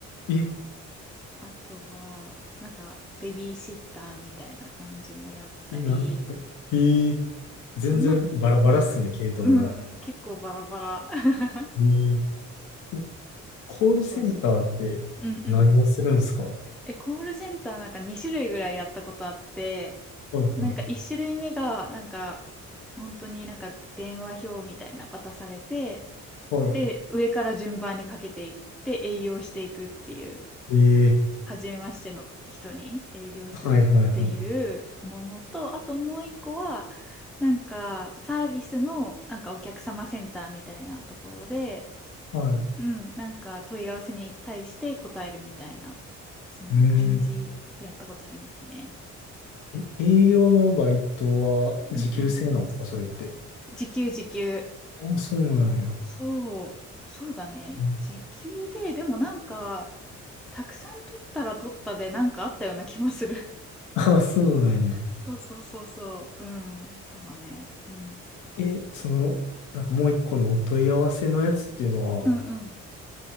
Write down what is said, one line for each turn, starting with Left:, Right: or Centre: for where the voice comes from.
Left: え、
Centre: あとは、なんか、ベビーシッターみたいな感じもやったり、
Left: え、なんか、へえ、全然バラバラっすね、
Centre: そんな、うん、
Left: 系統が。
Centre: うん、結構バラバラ。<laughs>
Left: へえ、え
Centre: そうそうそう。
Left: コールセンターって何をするんですかは
Centre: うんうん。え、コールセンターなんか2種類ぐらいやったことあって、
Left: いはい。
Centre: なんか1種類目が、なんか、本当になんか電話表みたいな渡されて、
Left: はい。
Centre: で、上から順番にかけていって営業していくっていう。
Left: ええ、
Centre: 初めましての人に営業するっていうものと、
Left: はいはいはい。
Centre: あともう一個は、なんかサービスのなんかお客様センターみたいなところで、
Left: はい。う
Centre: うん、なんか問い合わせに対して答えるみたいな、そんな感じでやったことありますね。
Left: ーん。え、営業のバイトは時給制なんですかそれって。
Centre: うんうん。時給時給。
Left: あ、そうなんや。
Centre: そう、そうだね。
Left: うん
Centre: 時給で、でもなんか、たくさん取ったら取ったでなんかあったような気もする。
Left: あ、そうなんや。
Centre: そうそうそうそう。うん。そうだね。うん。
Left: え、えその、なんかもう一個のお問い合わせのやつっていうのは、
Centre: うんうん。